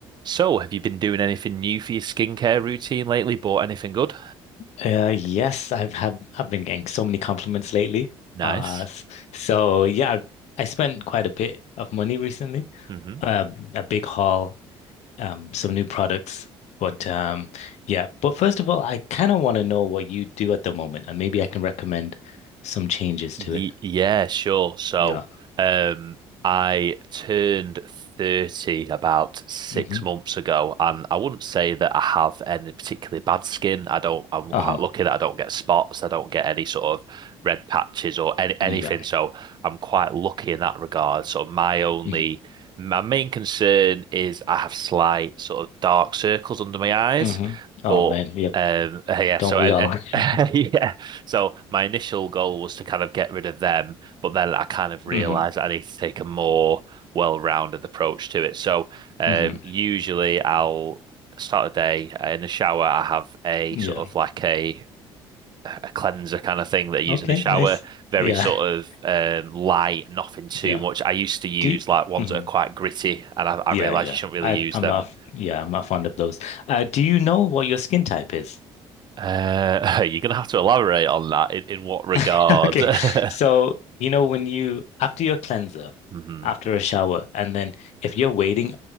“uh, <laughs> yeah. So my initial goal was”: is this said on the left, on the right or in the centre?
Right